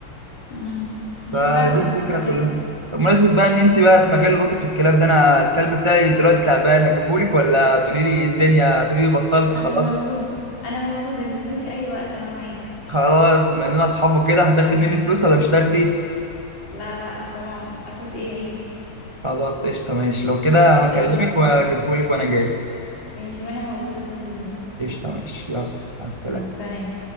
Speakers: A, on the left; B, on the right.
A: امم هي
B: فدي
A: فعلا
B: الفكره
A: بتبقى كده
B: كلها بمناسبه بقى ان انت بقى في مجال القطط والكلاب ده انا الكلب بتاعي دلوقتي تعبان هجيبهولك ولا تقولي لي ايه الدنيا تقولي لي بطلت خلاص
A: انا موجودة انا موجودة جيبولي اي وقت انا معاك
B: خلاص بما اننا اصحاب وكده هتاخدي مني فلوس ولا مش هتاخدي
A: لا لا طبعا اخد ايه عيب
B: خلاص قشطه ماشي لو كده
A: مستنياك
B: هكلمك واجيبهولك وانا جاي
A: ماشي وانا موجودة طول اليوم
B: قشطه ماشي يلا مع السلامه
A: مع السلامة